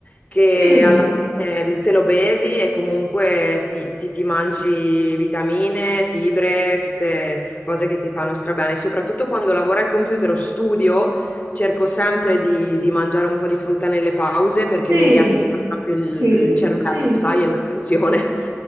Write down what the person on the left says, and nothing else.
che
alla fine te lo bevi e comunque ti, ti- ti mangi vitamine, fibre, tutte cose che ti fanno strabene. Soprattutto quando lavoro al computer o studio, cerco sempre di, di mangiare un po' di frutta nelle pause perché
mi riattiva proprio il,
il cervello,
sai, e l'attenzione.